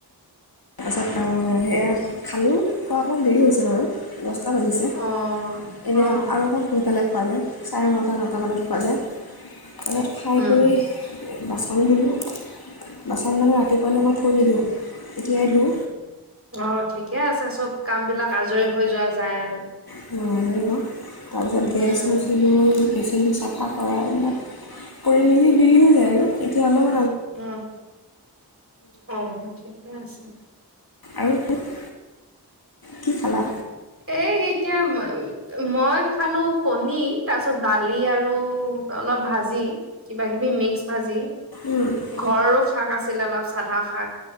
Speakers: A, on the left; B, on the right.
A: তাৰপাছত সেয়া খালোঁ খোৱা অকণমান দেৰি হৈছে বাৰু িছে
B: অ',
A: এনেই
B: অ',
A: আৰু অকণ সোনকালে খোৱা যায় চাৰে নটা নটামানত খোৱা যায় ঘৰত ফ্ৰাই
B: উম,
A: কৰি বাচন দিলোঁ বাচন মানে ৰাতিপুৱালৈ মই ফৰি দিওঁ এতিয়া আৰু
B: অ ঠিকে আছে চব কাম বিলাক আজৰি হৈ যোৱা যায় আৰু
A: অব তাৰপিছত
B: উম,
A: গেছ হৈছিলো বেছ চাফা কৰা এইবিলাক কৰি মেলি দেৰি হৈ যায় আৰু এতিয়া অলপ
B: উম আহ ঠিকে আছে
A: আৰু বহুত কি খালা
B: এই এতিয়া মই মই খালো কণী তাৰ পিছত দালি আৰু অলপ ভাজি বাকীিবি মিক্স ভাজি
A: অঁ
B: ঘৰৰো শাক আছে আছিল অলপ চাধা শাক তাত